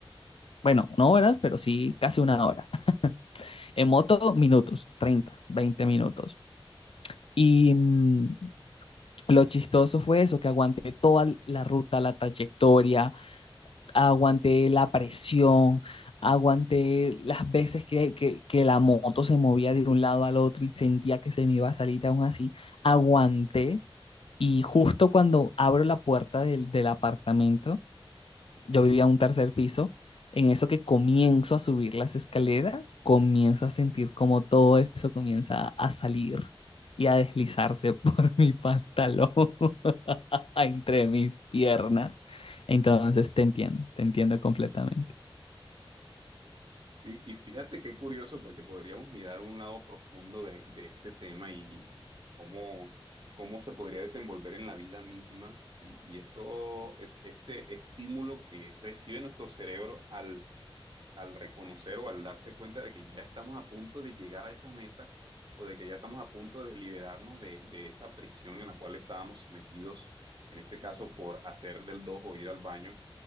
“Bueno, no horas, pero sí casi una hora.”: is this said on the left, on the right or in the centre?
Left